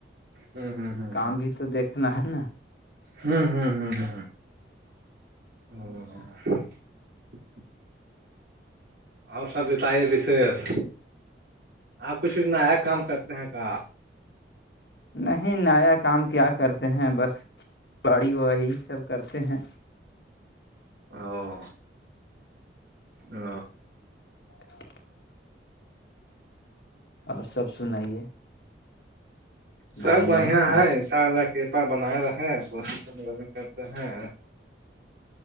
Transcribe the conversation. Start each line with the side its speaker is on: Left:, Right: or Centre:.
Right: ہ ہ
Left: کام بھی تو دیکھنا ہے نا
Right: ہوں ہوں ہوں ہ ہوں او اور سب بتائیے بشیش آپ کچھ بھی ن کام کرتے ہیں کا آپ
Left: نہیں نیا کام کیا کرتے ہیں بس کھی باڑی واڑی سب کرتے ہیں
Right: او ہ
Left: <inaudible> اور سب سنائیے
Right: سب
Left: بھائی
Right: بڑھیا
Left: جان
Right: ہے
Left: آج
Right: ااء اللہ کرپا بنایا رہے وہ م کرتے ہیں